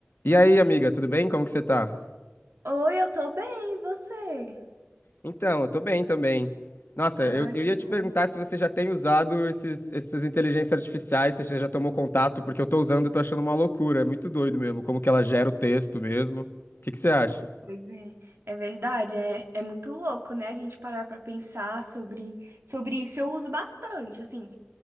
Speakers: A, on the left; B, on the right.
A: E aí, amiga, tudo bem? Como que você tá?
B: Oi, eu tô bem, e você?
A: Então, eu tô bem também. Nossa,
B: Ah,
A: eu, eu
B: que
A: ia
B: bom.
A: te perguntar se você já tem usado esses, essas inteligências artificiais, se você já tomou contato, porque eu tô usando e tô achando uma loucura. É muito doido mesmo, como que ela gera o texto mesmo. O que que você acha?
B: Pois é, é verdade, é, é muito louco, né? A gente parar pra pensar sobre, sobre isso. Eu uso bastante, assim.